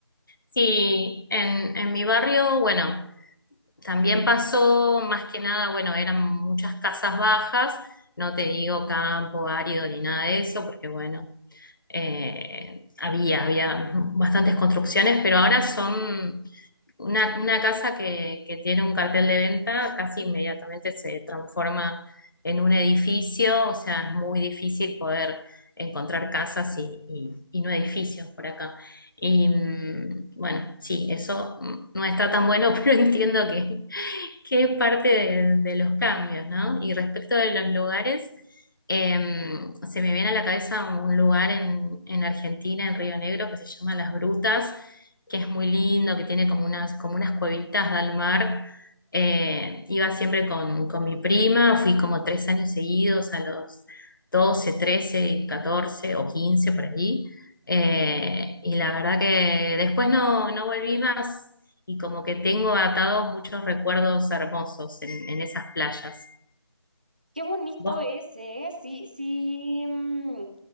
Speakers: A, on the left; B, on the right.
A: Sí, en, en mi barrio, bueno, también pasó más que nada, bueno, eran muchas casas bajas, no te digo campo árido ni nada de eso, porque bueno. eh, había, había bastantes construcciones, pero ahora son una, una casa que, que tiene un cartel de venta, casi inmediatamente se transforma en un edificio, o sea, es muy difícil poder encontrar casas y, y- y no edificios por acá. Y mm, bueno, sí, eso mm, no está tan bueno, <laughs> pero entiendo que, qué parte de, de los cambios, ¿no? Y respecto de los lugares, eh, se me viene a la cabeza un lugar en, en Argentina, en Río Negro, que se llama Las Brutas, que es muy lindo, que tiene como unas, como unas cuevitas al mar. Eh, iba siempre con, con mi prima, fui como tres años seguidos, a los 12, 13, 14 o 15 por allí. Eh, y la verdad que después no, no volví más y como que tengo atados muchos recuerdos hermosos en, en esas playas.
B: Qué bonito
A: ¿Vos
B: es, ¿eh? Sí, sí. mm,